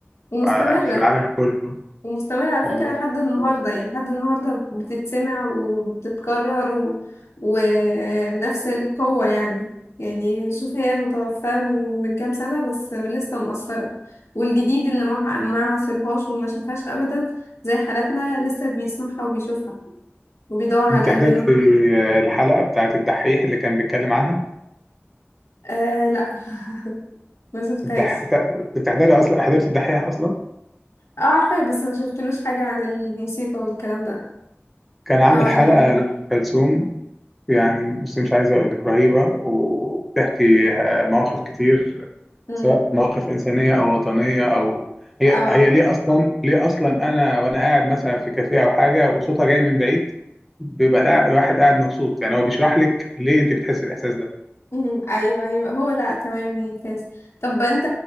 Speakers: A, on the left; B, in the centre.
A: ومستمره
B: آه، في العالم كله
A: ومستمر على فكرة
B: آه،
A: لحد النهاردة
B: آه.
A: يعني لحد النهاردة بتتسمع وبتتكرر و... ونفس القوة يعني يعني شوف هي متوفاة من من كام سنة بس لسه مؤثرة والجديد اللي ما ما عاصرهاش وما شافهاش أبدا زي حالاتنا لسه بيسمعها وبيشوفها وبيدور على
B: انت
A: أغانيها
B: حضرت آه، الحلقه بتاعت الدحيح اللي كان بيتكلم عنها
A: آه لا <laughs> ما شفتهاش
B: الدح... تا- بتحضري اصلا حضرت الدحيح اصلا
A: اه عارفة بس ما شفتلوش حاجة عن الموسيقى والكلام ده
B: كان عامل
A: أو عن
B: حلقه
A: الأغاني
B: لام كلثوم يعني بص مش عايز اقول لك رهيبه وبتحكي آه، مواقف كتير
A: أمم،
B: سواء مواقف إنسانية أو وطنية أو هي
A: أو
B: هي ليه أصلا ليه أصلا أنا وأنا قاعد مثلا في كافيه أو حاجة وصوتها جاي من بعيد بيبقى القاع- الواحد قاعد مبسوط يعني هو بيشرح لك ليه أنت بتحس الإحساس ده
A: مم، ايوه ايوه هو لا تمام ممتاز طب انت